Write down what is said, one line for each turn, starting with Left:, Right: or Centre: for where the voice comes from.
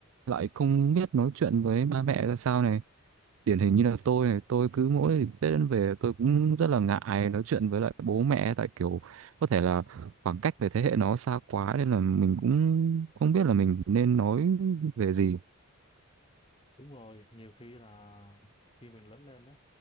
Right: lại không biết nói chuyện với ba mẹ ra sao này điển hình như là tôi này tôi cứ mỗi Tết đến về tôi cũng rất là ngại nói chuyện với lại bố mẹ tại kiểu có thể là khoảng cách về thế hệ nó xa quá nên là mình cũng không biết là mình nên nói về gì
Left: đúng rồi nhiều khi là khi mình lớn lên đó